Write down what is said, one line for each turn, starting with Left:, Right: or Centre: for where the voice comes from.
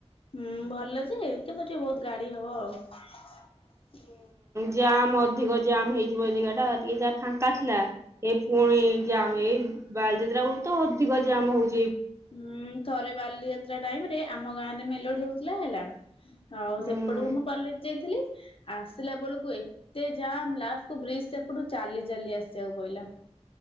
Left: ହୁଁ ଭଲ ଅଛି କିନ୍ତୁ ଟିକେ ବୋହୁତ ଗାଡି ହବ ଆଉ।
Right: ଜମ୍ ଅଧିକ ଜାମ୍ ହେଇଯିବ ଏଇ ଜାଗା ଟା ଟିକେ ଯାହା ଫାଙ୍କା ଥିଲା ଏ ପୁଣି ଜମ୍ ଏଇ ବାଲିଯାତ୍ରା ବେଳୁ ତ ଅଧିକ ଯ ଆମ ହୋଉଚି।
Left: ହଁ ଥରେ ବାଲିଯାତ୍ରା ଟାଇମ ରେ ଆମ ଗାଁ ରେ ମେଲୋଡି ହୋଉଥିଲା ହେଲା। ଆଉ
Right: ହୁଁ।
Left: ସେପଟକୁ ମୁଁ କଲେଜ ଯାଇଥିଲି। ଆସିଲା ବେଳକୁ ଏତେ ଜାମ୍ ଲାଷ୍ଟକୁ ବ୍ରିଜ ସେପଟୁ ଚାଲି ଚାଲି ଆସିବାକୁ ପହିଲା।